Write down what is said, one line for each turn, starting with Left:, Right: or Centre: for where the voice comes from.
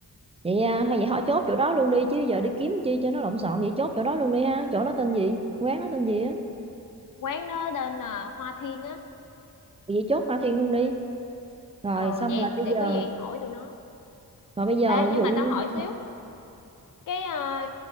Right: vậy à, hay vậy họ chốt chỗ đó luôn đi chứ giờ đi kiếm chi cho nó lộn xộn vậy chốt chỗ đó luôn đi ha chỗ đó tên gì quán đó tên gì á
Left: quán nó tên là Hoa Thiên á
Right: vậy chốt Hoa Thiên luôn đi rồi
Left: ờ
Right: xong
Left: vậy
Right: rồi bây
Left: để
Right: giờ
Left: có gì hỏi tụi nó
Right: rồi bây giờ
Left: ê
Right: ví
Left: nhưng
Right: dụ
Left: mà
Right: như-
Left: tao hỏi xíu cái ờ,